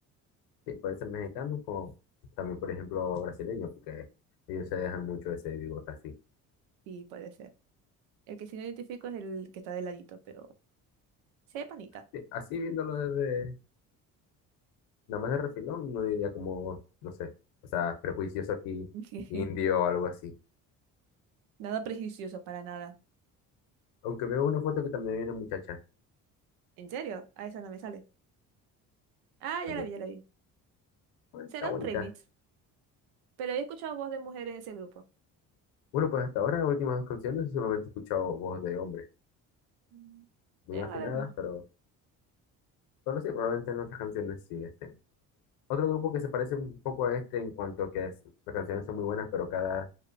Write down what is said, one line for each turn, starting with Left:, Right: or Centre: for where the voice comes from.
Left: Sí, puede ser mexicano como también, por ejemplo, brasileño, porque ellos se dejan mucho ese bigote así.
Right: Sí, puede ser. El que sí no identifico es el que está de ladito, pero se ve panita.
Left: Sí, así viéndolo desde, nada más de refilón, no diría como, no sé, o sea, prejuicioso aquí,
Right: <laughs>
Left: indio o algo así.
Right: Nada prejuicioso, para nada.
Left: Aunque veo una foto que también hay una muchacha.
Right: ¿En serio? A esa no me sale. Ah, ya
Left: como,
Right: la vi, ya la vi.
Left: "Bueno, está
Right: Será
Left: bonita.
Right: un remix, pero he escuchado voz de mujer en ese grupo.
Left: Bueno, pues hasta ahora, las últimas dos canciones, solamente he escuchado voz de hombre.
Right: Mm,
Left: Muy
Right: Debe
Left: afinadas,
Right: haber más.
Left: pero solo sí, probablemente en otras canciones sí estén. Otro grupo que se parece un poco a este en cuanto a que es- las canciones son muy buenas, pero cada,